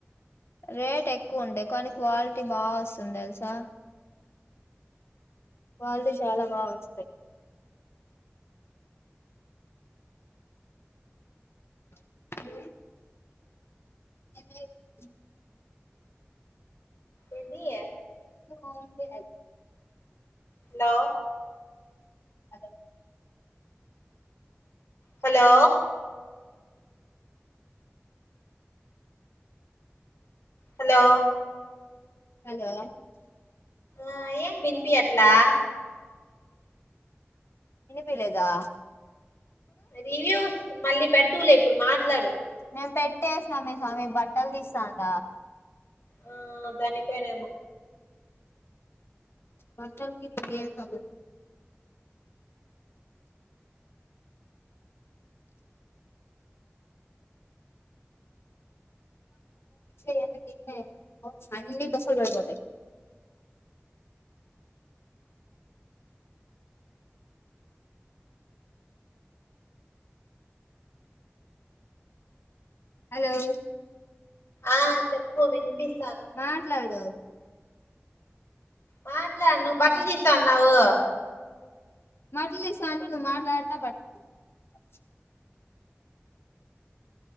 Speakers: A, on the left; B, on the left.
A: రేట్ ఎక్కువ ఉంటేయి కానీ క్వాలిటీ బా వస్తుంది తెలుసా క్వాలిటీ చాలా బా వస్తాయి మ్మ్ <inaudible>
B: ఏందీ
A: ఆ వుంది లే
B: hello
A: hello
B: hello hello
A: hello
B: ఆ ఏం వినిపియట్లా
A: ఇనిపీలేదా
B: రివ్యూస్ మళ్ళీ పెడుదువులే ఇప్పుడు మాట్లాడు
A: నేను పెట్టేసినా మే స్వామి బట్టలు తీస్తాంట
B: ఆ దానికేనేమో
A: బట్టలకి <inaudible> <inaudible> అన్నీ <unintelligible> హలో
B: ఆ చెప్పు వినిపిస్
A: మాట్లాడు
B: మాట్లాడు నువ్వు బట్టలు తీస్తా అన్నావు
A: మాట్లాడి తీస్తా అంటే నువ్వు మాట్లాడతా బట్టలు తీయమంటావు